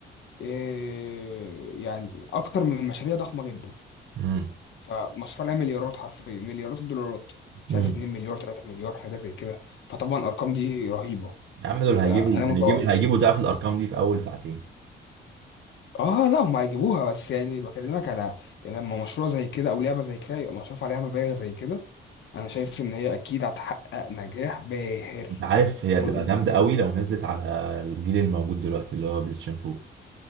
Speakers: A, on the left (about 65°); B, on the right (about 70°).
A: إيه، يعني أكتر من مشاريع ضخمة جدا
B: أمم،
A: فمصروف عليها مليارات حرفيا مليارات الدولارات مش
B: أمم.
A: عارف 2 مليار 3 مليار حاجة زي كده فطبعا الأرقام دي رهيبة
B: يا عم دول
A: فأنا
B: هيجيبوا
A: متوقع
B: هيجيبوا هيجيبوا ضعف الارقام دي في اول ساعتين
A: اه لا هم هيجيبوها بس يعني بكلمك على يعني لما مشروع زي كده او لعبه زي كده يبقى مصروف عليها مبالغ زي كده انا شايف ان هي اكيد هتحقق نجاح باهر
B: انت عارف هي هتبقى
A: والأم-
B: جامده قوي لو نزلت على الجيل الموجود دلوقتي اللي هو بلاي ستيشن 4